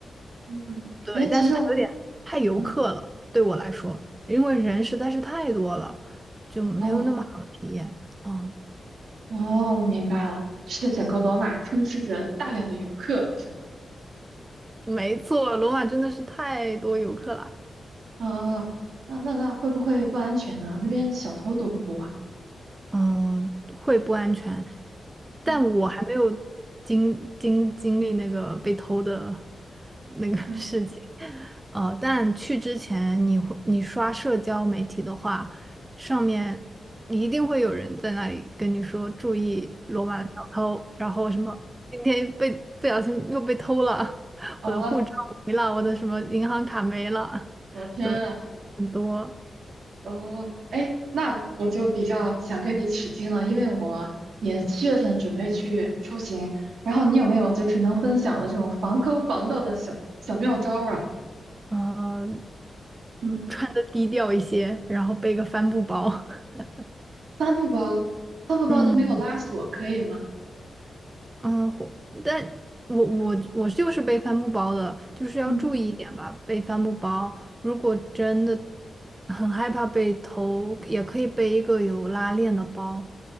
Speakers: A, on the right; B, on the right.
A: 嗯，嗯，
B: 对，
A: 哎，其实我，
B: 但是它有点太游客了，
A: 嗯，
B: 对我来说，因为人实在是太多了，就没有那么好的体验。
A: 哦。
B: 哦，
A: 哦，我明白了，是整个罗马充斥着大量的游客，是吗？
B: 没错，罗马真的是太多游客了。
A: 啊、那那那会不会不安全呢？那边小偷多不多啊？
B: 嗯，会不安全，
A: 嗯
B: 但我还没有经经经历那个被偷的那个 <laughs>
A: 嗯，
B: 事情。呃，但去之前你会你刷社交媒体的话，上面一定会有人在那里跟你说注意罗马的小偷，然后什么今天被不小心又被偷了，<laughs>
A: 哦，
B: 我的护照没了，我的什么银行卡没了，
A: 我天啊，
B: <laughs> 对，很多。
A: 哦，哎，那我就比较想跟你取经了，因为我也七月份准备去出行，然后你有没有就是能分享的这种防偷防盗的小小妙招儿啊？
B: 呃
A: 嗯，
B: 穿的低调一些，然后背个帆布包。<laughs>
A: 帆布包，帆布包都没有拉锁，
B: 嗯
A: 可以吗？
B: 嗯，或但我我我就是背帆布包的，就是要注意一点吧，
A: 嗯
B: 背帆布包。如果真的很害怕被偷，也可以背一个有拉链的包，